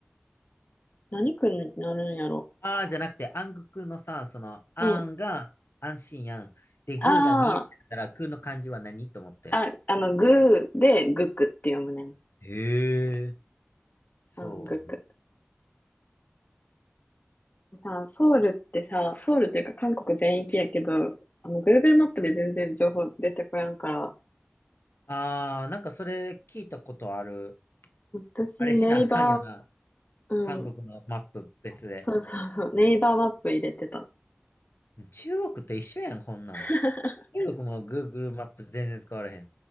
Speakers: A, on the left; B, on the left.
A: 何区になるんやろ。
B: あーじゃなくて、暗黒のさ、その、あんが安心やん。
A: うん。
B: で、グーが見えたから、
A: あ
B: グーの漢字は何と思って。
A: あ、あ、あの、グーでグクって読むねん。
B: へえ。そう。
A: あー、グク。さ、ソウルってさ、ソウルっていうか韓国全域やけど、あの、Google マップで全然情報出てこやんから、
B: ああ、なんかそれ聞いたことある。
A: 私、
B: あれしなあかんよな。
A: ネイバー、うん、
B: 韓国のマップ別で。
A: そうそうそう、ネイバーマップ入れてた。
B: 中国と一緒やん、こんなん。
A: <laughs>
B: 中国も Google マップ全然使われへん。